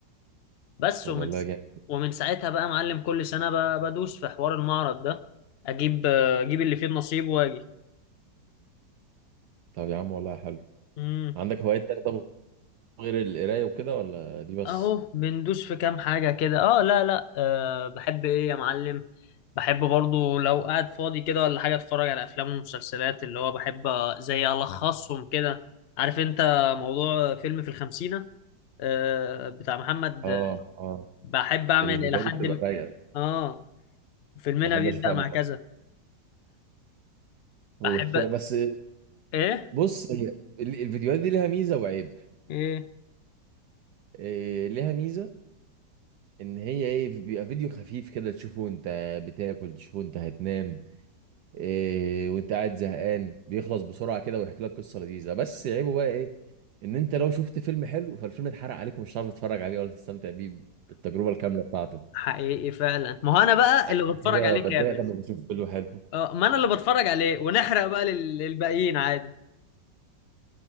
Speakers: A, on the left; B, on the right.
A: بس
B: طب
A: ومن
B: والله جامد
A: ومن ساعتها بقى معلم كل سنة ب- بدوس في حوار المعرض ده اجيب اجيب اللي فيه النصيب واجي
B: طب يا عم والله حلو
A: امم
B: عندك هوايات تانية طب غير القرايه وكده ولا دي بس
A: اهو بندوس في كام حاجة كده اه لا لا أه بحب ايه يا معلم بحب برضو لو قاعد فاضي كده ولا حاجة اتفرج على افلام ومسلسلات اللي هو بحب زي الخصهم كده عارف انت موضوع فيلم في الخمسينة أه بتاع محمد
B: اه اه
A: بحب اعمل
B: الفيديوهات
A: الى حد
B: دي بتبقى
A: م-
B: رايقه
A: اه فيلمنا
B: بحب
A: بيبدأ
B: اشوفها
A: مع
B: قبل
A: كذا
B: ما ويحكي
A: بحب
B: لك بس
A: ايه
B: بص هي ال- الفيديوهات دي لها ميزه وعيب
A: ايه
B: إيه ليها ميزه ان هي ايه بيبقى فيديو خفيف كده تشوفه انت بتاكل تشوفه انت هتنام إيه وانت قاعد زهقان بيخلص بسرعه كده ويحكي لك قصه لذيذه بس عيبه بقى ايه ان انت لو شفت فيلم حلو فالفيلم اتحرق عليك ومش هتعرف تتفرج عليه ولا تستمتع بيه بالتجربه الكامله بتاعته
A: حقيقي فعلا ما هو انا بقى
B: عشان
A: اللي بتفرج
B: كده
A: عليه
B: بتضايق
A: كامل
B: لما بشوف فيلم حلو
A: اه ما انا اللي بتفرج عليه ونحرق بقى لل- للباقيين عادي